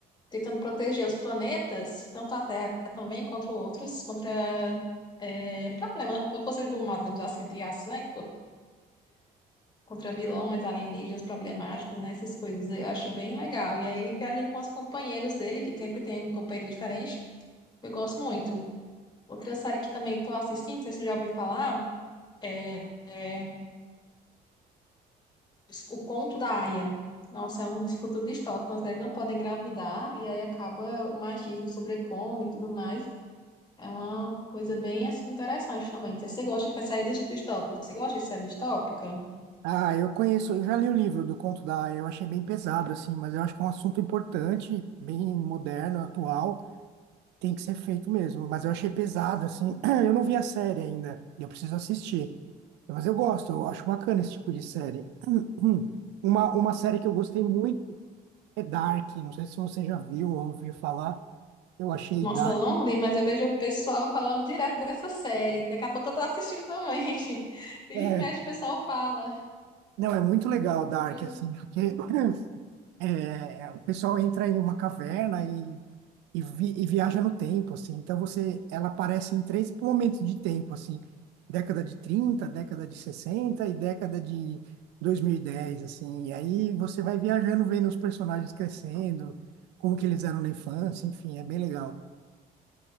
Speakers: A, on the left; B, on the right.
A: tentando proteger os planetas, tanto a Terra também, contra outros, contra é, problemas, ou forças do mal, digamos assim, entre aspas, né? contra vilões, alienígenas problemáticos, né? Essas coisas. Eu acho bem legal. E aí ele viaja com os companheiros dele, que sempre tem um companheiro diferente. Eu gosto muito. Outra série que também estou assistindo, não sei se você já ouviu falar, é, é O Conto da Aia. Nossa, é um futuro distópico. As mulheres não podem engravidar e aí acaba o machismo sobrepondo e tudo mais. É uma coisa bem assim, interessante também. Não sei se Você gosta de série dis- distópica? Você gosta de série distópica?
B: Ah, eu conheço, eu já li o livro do Conto da Aia, eu achei bem pesado, assim, mas eu acho que é um assunto importante, bem moderno, atual. Tem que ser feito mesmo, mas eu achei pesado, assim. <clears throat> Eu não vi a série ainda, e eu preciso assistir. Mas eu gosto, eu acho bacana esse tipo de série. <clears throat> Uma, uma série que eu gostei muito é Dark, não sei se você já viu ou ouviu falar. Eu achei
A: Nossa,
B: Dark.
A: eu não vi, mas eu vejo o pessoal falando direto dessa série. Daqui a pouco eu tô assistindo também. <laughs> Vira
B: É,
A: e mexe, o pessoal fala.
B: não, é muito legal Dark,
A: E eu,
B: assim, porque <clears throat> é, o pessoal entra em uma caverna e e, vi- e viaja no tempo, assim. Então você, ela aparece em três momentos de tempo, assim, década de trinta década de 60 e década de 2010, assim. E aí você vai viajando, vendo os personagens crescendo, como que eles eram na infância, enfim, é bem legal.